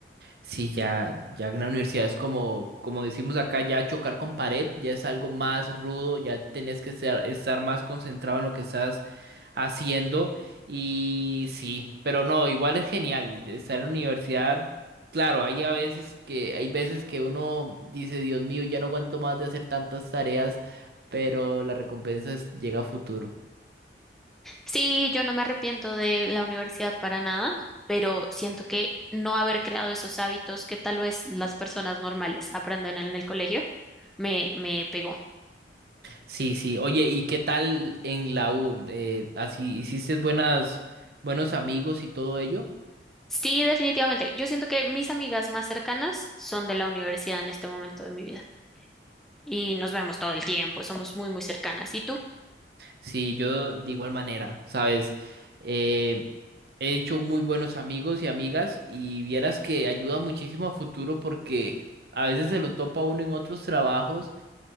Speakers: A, on the right; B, in the centre.
A: Sí, ya, ya en la universidad es como, como decimos acá, ya chocar con pared, ya es algo más rudo, ya tenés que ser- estar más concentrado en lo que estás haciendo y sí, pero no, igual es genial estar en la universidad. Claro, hay a veces que, hay veces que uno dice, Dios mío, ya no aguanto más de hacer tantas tareas, pero la recompensa es- llega a futuro.
B: Sí, yo no me arrepiento de la universidad para nada, pero siento que no haber creado esos hábitos que tal vez las personas normales aprenden en el colegio me, me pegó.
A: Sí, sí. Oye, ¿y qué tal en la U? Eh, así, ¿hiciste buenas, buenos amigos y todo ello?
B: Sí, definitivamente. Yo siento que mis amigas más cercanas son de la universidad en este momento de mi vida y nos vemos todo el tiempo, somos muy, muy cercanas. ¿Y tú?
A: Sí, yo de igual manera, ¿sabes? Eh, he hecho muy buenos amigos y amigas y vieras que ayuda muchísimo a futuro porque a veces se lo topa uno en otros trabajos